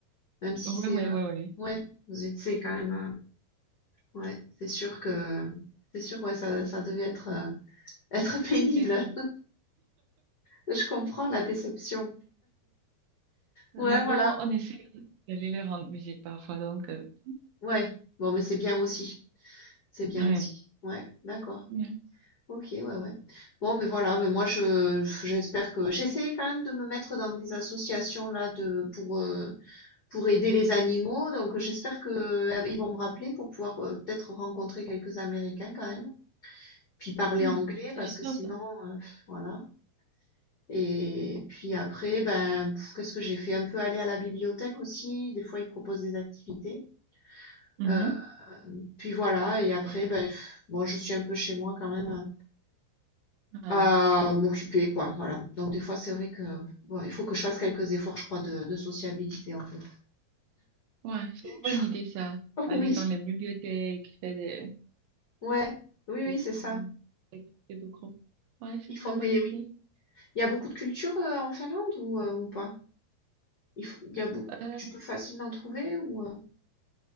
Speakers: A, on the left; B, on the right.
A: même si
B: Ouais,
A: c'est
B: ouais,
A: euh,
B: ouais, ouais.
A: ouais, vous êtes c'est quand même euh, ouais, c'est sûr que c'est sûr ouais, ça ça devait être euh, <laughs> être pénible.
B: C'était triste.
A: Je comprends la déception.
B: Mais
A: Ouais, voilà.
B: bon, on essaie d'aller les rendre visite parfois, donc, euh,
A: Ouais. Bon, mais c'est bien aussi. C'est bien
B: ouais.
A: aussi. Ouais, d'accord.
B: Ouais,
A: Ok, ouais, ouais. Bon, mais voilà, mais moi je j'espère que j'essaye quand même de me mettre dans des associations là de pour euh, pour aider les animaux. Donc j'espère que euh, ils vont me rappeler pour pouvoir euh, peut-être rencontrer quelques Américains quand même. Puis parler
B: ouais,
A: anglais
B: c'est
A: parce
B: super
A: que sinon
B: ça.
A: euh, voilà. Et puis après, ben pff, qu'est-ce que j'ai fait? Un peu aller à la bibliothèque aussi. Des fois ils proposent des activités.
B: Mhm.
A: Euh, Puis voilà, et après,
B: Et-
A: ben, bon, je suis un peu chez moi quand même euh,
B: ouais,
A: à m'occuper, quoi. Voilà. Donc des fois, c'est vrai que bon, il faut que je fasse quelques efforts, je crois, de, de sociabilité, en fait.
B: ouais, c'est une bonne
A: <laughs>
B: idée ça. Aller
A: Oui,
B: dans les bibliothèques, faire des,
A: ouais, oui, oui,
B: et
A: c'est ça.
B: une activité de groupe. Ouais, c'est
A: Ils
B: une
A: font
B: très
A: des,
B: bonne idée.
A: oui. Il y a beaucoup de cultures euh, en Finlande ou, euh, ou pas? Il faut- il y a beaucoup.
B: Euh,
A: Tu peux facilement trouver ou euh,